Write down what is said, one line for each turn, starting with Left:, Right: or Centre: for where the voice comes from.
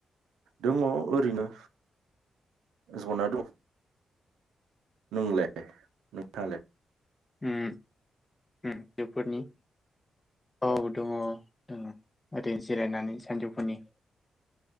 Right: दङ ओरैनो जना दं नोंलाय नोंथाङालाय
Left: उम उम बेफोरनि औ दङ जोङो ओरैनो जिरायनानै सानजौफुनि